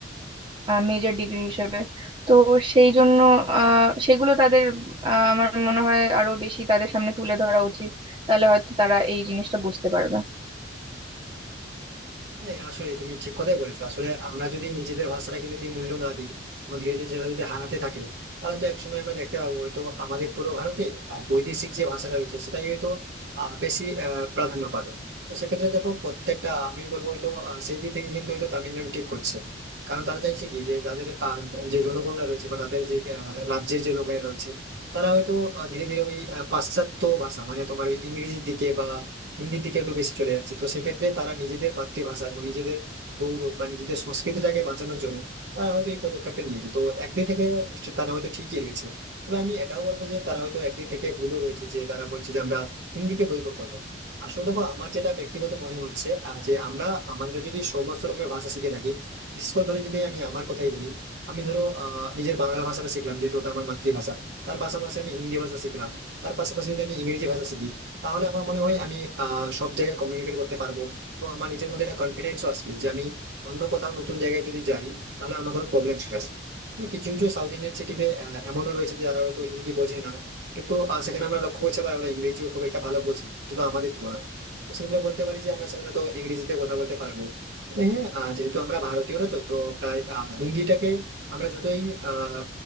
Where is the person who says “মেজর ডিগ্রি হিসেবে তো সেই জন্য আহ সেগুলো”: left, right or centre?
Right